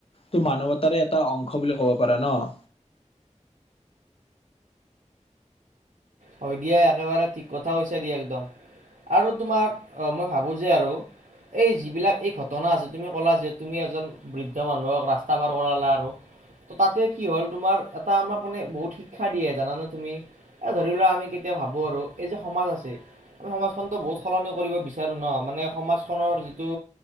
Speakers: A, on the left; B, on the right.
A: টো মানৱতাৰে এটা অংশ বুলি ক'ব পাৰা ন। <inaudible>
B: হয় দিয়া, একেবাৰে ঠিক কথা কৈছা দিয়া একদম। আৰু তোমাৰ অ', মই ভাবো যে আৰু এই যিবিলাক এই ঘটনা আছে, তুমি ক'লা যে তুমি এজন বৃদ্ধ মানুহক ৰাস্তা পাৰ কৰালা আৰু ত' তাতে কি হ'ল, তোমাৰ এটা আমাক মানে বহুত শিক্ষা দিয়ে জানানে তুমি ধৰি লোৱা আমি কেতিয়া ভাবোঁ আৰু এই যে সমাজ আছে, আমি সমাজখনতো বহুত সলনি কৰিব বিচাৰোঁ ন মানে সমাজখনৰ যিটো